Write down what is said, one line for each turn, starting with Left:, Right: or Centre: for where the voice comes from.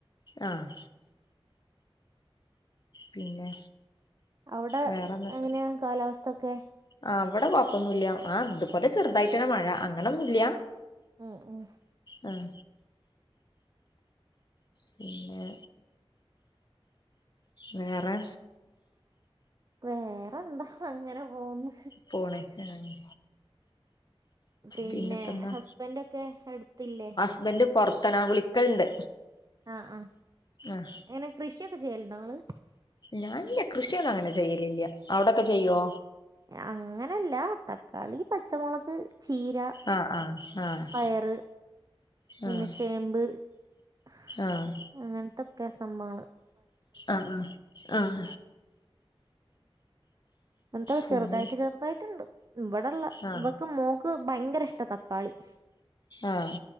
Left: ആഹ് പിന്നെ
Right: അവിടെ
Left: വേറെന്നിട്ട്
Right: എങ്ങനെയ കാലാവസ്ഥൊക്കെ?
Left: ആഹ് ഇവിടെ കൊഴപ്പൊന്നുല്ല ആഹ് ഇതുപോലെ ചെറുതായിട്ടൊരു മഴ അങ്ങനൊന്നും ഇല്ല
Right: ഉം ഉം
Left: അഹ് പിന്നെ വേറെ
Right: വേറെ എന്താ അങ്ങനെ പോവുന്ന്
Left: പോണ് ആഹ്
Right: പിന്നെ
Left: പിന്നെപ്പെന്താ
Right: ഹസ്ബന്റെക്കെ അടുത്തില്ലേ
Left: ഹസ്ബന്റ് പുറത്താ നാ വിളിക്കല്ണ്ട്
Right: ആഹ് ആഹ്
Left: ആഹ്
Right: ങ്ങനെ കൃഷിയൊക്കെ ചെയ്യലുണ്ടോ ഇങ്ങള്
Left: ഞാനില്ല കൃഷിയൊന്നും അങ്ങനെ ചെയ്യലില്ല അവിടൊക്കെ ചെയ്യോ
Right: അഹ് അങ്ങനല്ല തക്കാളി പച്ചമുളക് ചീര
Left: ആഹ് ആഹ്
Right: പയറ് പിന്നെ
Left: ആഹ്
Right: ചേമ്പ് ഹ്
Left: ആഹ്
Right: അങ്ങനത്തൊക്കെ സംഭവങ്ങങ്ങള്
Left: ആഹ് ഹ് ആഹ്
Right: എന്തോ ചെറുതായിട്ട്
Left: പിന്നെ
Right: ചെറുതായിട്ടുണ്ട് ഇവിടെള്ള
Left: ആഹ്
Right: ഇവക്ക് മോക്ക് ക്ക് ഭയങ്കര ഇഷ്ട തക്കാളി
Left: ആഹ്